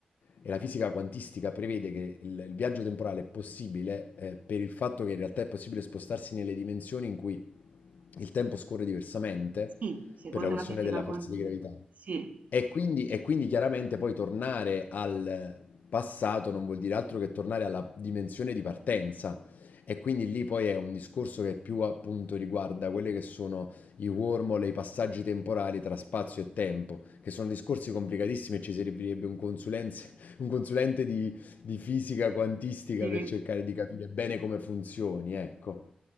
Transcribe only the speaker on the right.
sì, secondo
la fisica
quantistica.
Sì,
sì.